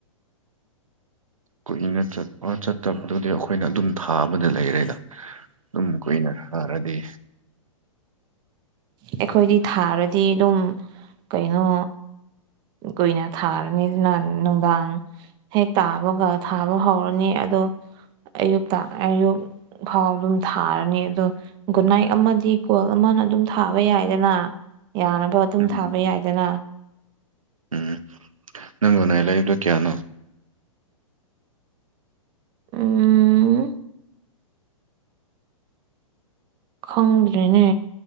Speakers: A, on the right; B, on the right.
A: ꯀꯨꯛꯅꯤꯡꯅ ꯆꯠꯄ ꯆꯠꯇꯕꯗꯨꯗꯤ ꯑꯩꯈꯣꯏꯅ ꯑꯗꯨꯝ ꯊꯥꯕꯗ ꯂꯩꯔꯦꯗ ꯑꯗꯨꯝ ꯀꯨꯏꯅ ꯁꯥꯔꯗꯤ
B: ꯑꯩꯈꯣꯏꯗꯤ ꯊꯥꯔꯗꯤ ꯑꯗꯨꯝ ꯀꯩꯅꯣ꯫ ꯀꯣꯏꯅ ꯊꯔꯅꯤ ꯅꯨꯡꯗꯥꯡ ꯍꯦꯛ ꯇꯥꯕꯒ ꯊꯥꯕ ꯍꯧꯔꯅꯤ ꯑꯗꯣ ꯑꯌꯨꯛꯇ ꯑꯌꯨꯛ꯫ ꯐꯥꯎ ꯑꯗꯨꯝ ꯊꯥꯔꯅꯤ ꯑꯗꯣ꯫ ꯒꯨꯗ ꯅꯥꯏꯠ ꯑꯃꯗꯤ ꯀꯣꯜ ꯑꯃꯅ ꯑꯗꯨꯝ ꯊꯥꯕ ꯌꯥꯏꯗꯅ ꯌꯥꯅꯕ ꯑꯗꯨꯝ
A: ꯎꯝ
B: ꯊꯥꯕ ꯌꯥꯏꯗꯅ
A: ꯎꯝ ꯅꯪ <unintelligible> ꯂꯩꯏꯕꯗꯣ ꯀꯌꯥꯅꯣ꯫
B: ꯎꯝ꯫ ꯈꯪꯗ꯭ꯔꯦꯅꯦ